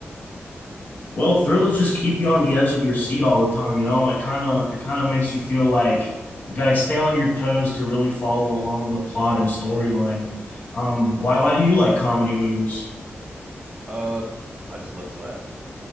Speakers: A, on the left; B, on the right.
A: Well, thrillers just keep you on the edge of your seat all the time, you know? It kind of it kind of makes you feel like you gotta stay on your toes to really follow along the plot and storyline. Um, why why do you like comedy movies?
B: Uh, I just love to laugh.